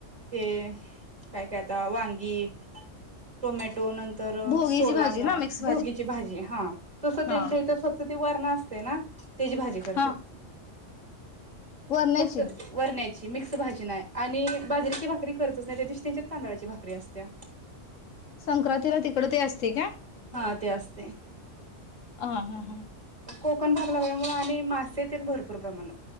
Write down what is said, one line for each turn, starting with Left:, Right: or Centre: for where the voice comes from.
Right: ते काय काय आता वांगी, टोमॅटो नंतर
Left: भोगीची
Right: सोलान
Left: भाजी ना मिक्स
Right: भोगीची भाजी हा तस
Left: हा
Right: त्यांच्या इथ फक्त पण असतय ना. तेजी भाजी करत्यात.
Left: हा वरण्याची
Right: फक्त वरण्या मिक्स भाजी नाय आणि बाजरीची भारी करतच नाही त्या दिवशी त्यांच्यात तांदळाची भाकरी असत्या.
Left: संक्रांतीला तिकड ते असतय का?
Right: हा ते असतय.
Left: ह हा हा.
Right: कोकण भाग लागल्यामुळे आणि मासे तेन भरपूर प्रमाणात